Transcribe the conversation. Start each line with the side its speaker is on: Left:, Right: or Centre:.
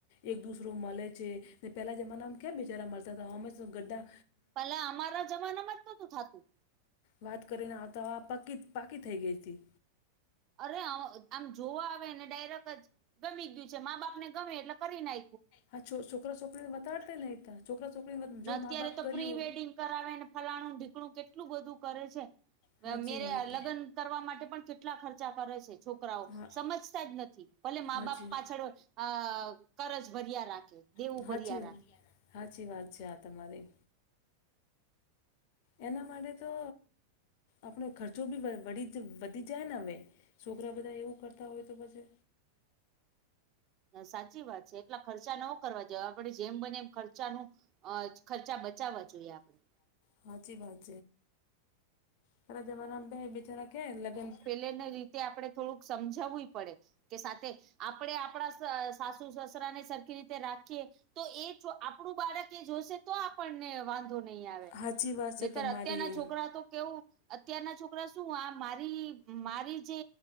Left: એક દુસરો મળે છે ને પેલા જમાનામાંમ ક્યા બિચારા મળતા હતા અમે ગા
Right: પલા અમારા જમાનામાં જ નહોતું થતું
Left: વાત કરીને આવ તો આ પાકી પાકી થઈ ગઈ હતી
Right: અરે આમ જોવા આવેને ડાયરેક્ટ જ ગમી ગયું છે મા બાપ ને ગમે એટલે કરી ના
Left: હા છોકરા છોકરીનેતાડતા ને છોકરા છોકરીને
Right: ને
Left: જો
Right: અત્યારે
Left: મા બાપ
Right: તો
Left: કર્યું
Right: પ્રી વેડિંગ કરાવે ને ફલાણું ઢીકણું કેટલું બધું કરે છે
Left: હાચી
Right: મેરે
Left: વાત
Right: લગ્ન કરવા માટે પણ કેટલા ખર્ચા કરે છે છોકરાઓ
Left: હા
Right: સમજતા જ નથી ભલે મા
Left: હાચી
Right: બાપ પાછળ અ કરજ ભર્યા રાખે દેવું
Left: સાાચી
Right: ભર્યા રાખે
Left: સાાચી વાત છે આ તમારી એના માટે તો આપણો ખર્ચો બી વધી જાય ને હવે છોકરા બધા એવું કરતા તા હોય તો પજે
Right: સાચી વાત છે એટલા ખર્ચા ન કરવા જેવા આપડે જેમ બને એમ ખર્ચાનું અ ખર્ચા બચાવવા જોઈએ આપણે
Left: સાાચી વાત છે ત જમાના પ બેચારા કે લગન
Right: <unintelligible> તે આપડણે થોડુંક સમજાવું પડે કે સાથે આપણેે આપણા સાસુ સસરા ને સરખી રીતે રાખીએ તો એ આપણું બાળક એ જોશે તો આપણને વાંધો નહીં આવે
Left: હાચી વાત છે
Right: નતર
Left: તમારી
Right: અત્યારના છોકરા તો કેવું અત્યારના છોક રા શું આ મારી મારી જે